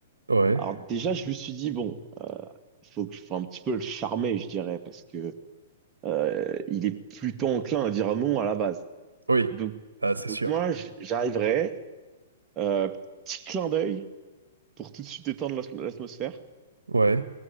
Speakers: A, on the right; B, on the right.
A: Ouais.
B: Alors déjà, je me suis dit, bon, euh, faut que je fasse un petit peu le charmer, je dirais, parce que euh, il est plutôt enclin à dire non à la base.
A: Oui.
B: Donc,
A: Ah, c'est
B: donc
A: sûr.
B: moi, j- j'arriverai, euh, petit clin d'œil pour tout de suite détendre l'as- l'atmosphère.
A: Ouais.